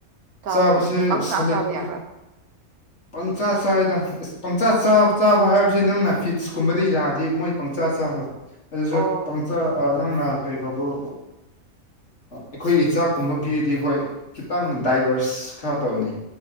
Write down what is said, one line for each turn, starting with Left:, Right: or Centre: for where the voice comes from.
Right: ꯆꯥꯕꯒꯨꯝꯕ
Left: ꯆꯥꯕꯁꯤ
Right: ꯄꯪꯆꯥ
Left: ꯁꯦꯂꯦꯛꯇꯤꯚ
Right: ꯆꯥꯕ ꯌꯥꯕ꯭ꯔꯥ
Left: ꯄꯪꯆꯥ ꯆꯥꯢꯗ ꯄꯪꯆꯥ
Right: ꯑꯣ
Left: ꯆ ꯆꯕ ꯍꯥꯏꯕ ꯥꯅꯪꯅ ꯐꯤꯠꯁꯀꯨꯝꯕꯗꯩꯩ ꯂꯥꯛꯑꯗꯤ ꯃꯣꯏ ꯄꯪꯆꯥ ꯆꯥꯔꯣꯏ ꯑꯗꯨꯁꯨ
Right: ꯑꯣ
Left: ꯄꯪꯆꯥ ꯅꯪꯅ ꯀꯧꯕꯔꯥ ꯑꯩꯈꯣꯏꯒꯤ ꯆꯥꯛꯀꯨꯝꯕ ꯄꯤꯔꯗꯤ ꯍꯣꯏ ꯈꯤꯇꯪ ꯗꯥꯥꯏꯚꯔꯁ ꯈꯔꯥ ꯇꯧꯏ